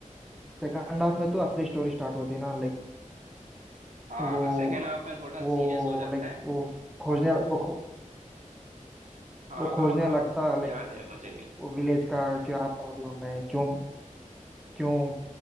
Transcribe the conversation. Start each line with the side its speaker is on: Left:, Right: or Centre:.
Centre: सेकंड हाफ में तो असली स्टोरी स्टार्ट होती है ना लाइक
Right: हाँ
Centre: वो
Right: सेकेंड हाफ में थोड़ा
Centre: वो
Right: सीरियस हो जाता
Centre: लाइक
Right: है
Centre: वो खोजने वो खो,
Right: हाँ
Centre: वो खोजने
Right: हाँ हाँ
Centre: लगता है, लाइक
Right: याद है मुझे भी
Centre: वो विलेज का क्या प्रॉब्लम है क्यों क्यों